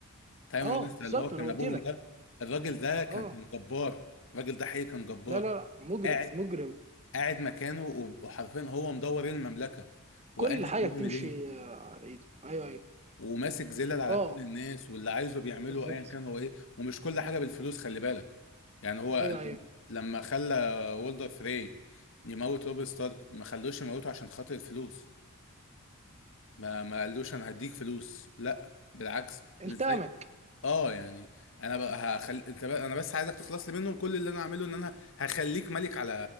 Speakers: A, on the left; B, on the right.
A: تايوان
B: اه
A: لانستر
B: بالظبط
A: اللي هو كان
B: انا قلت
A: ابوهم
B: لك
A: ده الراجل ده كان
B: اه
A: كان جبار الراجل ده حقيقي كان جبار
B: لا لا لا مجرم
A: قاعد
B: مجرم
A: قاعد مكانه و- وحرفيا هو مدور إيه المملكه وقادر
B: كل حاجه
A: بيعمل
B: تمشي
A: ايه
B: آه، على ايده ايوه ايوه
A: وماسك زلل على
B: اه
A: كل الناس واللي عايزه بيعمله
B: بالظبط
A: ايا كان هو ايه ومش كل حاجه بالفلوس خلي بالك يعني هو
B: ايوه ايوه
A: لما لما خلى وولدر فري يموت روب ستارك ما خلوش يموته عشان خاطر الفلوس ما ما قالوش انا هديك فلوس لا بالعكس
B: انتقامك
A: مش زي اه يعني انا بقى هخل... انت بقى... انا بس عايزك تخلص لي منهم كل اللي انا هعمله ان انا هخليك ملك على